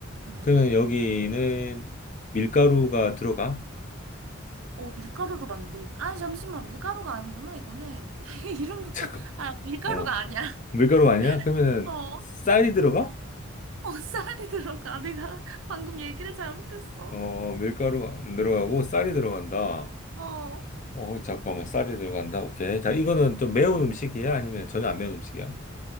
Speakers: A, on the right (about 75°); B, on the left (about 40°).
A: 응.
B: 그러면 여기는 밀가루가 들어가?
A: 어, 밀가루로 만들, 아, 잠시만. 밀가루가 아니구나, 이거는. <laughs>
B: <laughs>
A: 이름부터,
B: 잠깐.
A: 아, 밀가루가
B: 어,
A: 아니야. <laughs>
B: 밀가루 아니야? 그러면은
A: 어, 어,
B: 쌀이 들어가?
A: 쌀이 들어가. 내가 방금 얘기를 잘못했어.
B: 어, 밀가루가 안 들어가고 쌀이 들어간다.
A: 어.
B: 어, 잠깐만, 쌀이 들어간다. 오케이. 자, 이거는 좀 매운 음식이야? 아니면 전혀 안 매운 음식이야?